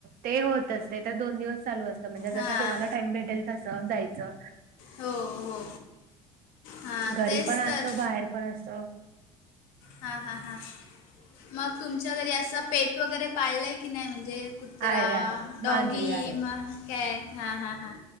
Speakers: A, on the right; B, on the left.
A: ते होतंच ते तरं दोन दिवस चालूं असतं म्हणजे
B: हां
A: जसं कोणालां टांईम भेटेल तसं जायचं
B: हो हो हां
A: घरी
B: तेच
A: पणं
B: तर
A: असत बाहेर पणं असंत
B: हां हां हां मग तुमच्या घरी असं पेट वगैरे पाळलंय की नाही म्हणजे कुत्रा
A: आहे आहे
B: डॉगी
A: मांजरी आहेत
B: म कॅट हां हां हां